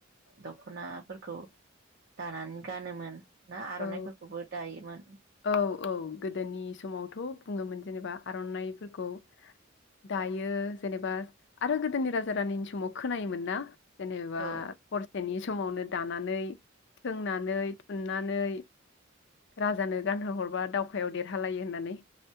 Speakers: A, on the right; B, on the left.
A: दखनाफोरखौ दानानै गानोमोन? ना आरनाइफोरखौबो
B: औ
A: दायोमोन?
B: औ औ गोदोनि समावथ' बुङोमोन जेनेबा आरनाइफोरखौ दायो जेनेबा आरो गोदोनि राजा रानिनि समाव खोनायोमोन ना जेनेबा
A: औ
B: हरसेनि समावनो दानानै, सोंनानै, थुननानै राजानो गानहो हरबा दावखायाव देरहालायो होननानै।